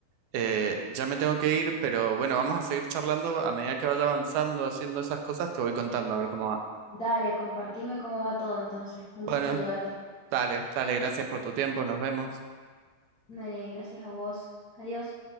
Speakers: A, on the right; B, on the left.
A: Eh, ya me tengo que ir, pero bueno, vamos a seguir charlando. A medida que vaya avanzando, haciendo esas cosas, te voy contando a ver cómo va.
B: Dale, compartime cómo va todo entonces. Un gusto
A: Bueno,
B: ayudarte.
A: dale, dale, gracias por tu tiempo. Nos vemos.
B: Dale, gracias a vos. Adiós.